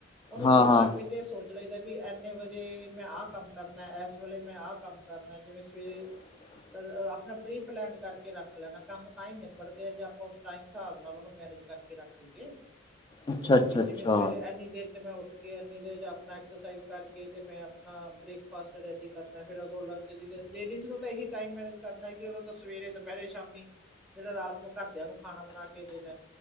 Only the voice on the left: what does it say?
ਹਾਂ
ਹਾਂ
<inaudible>
ਅੱਛਾ ਅੱਛਾ
ਅੱਛਾ